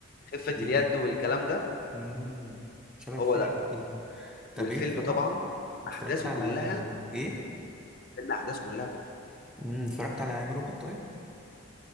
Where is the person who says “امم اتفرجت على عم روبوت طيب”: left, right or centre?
Centre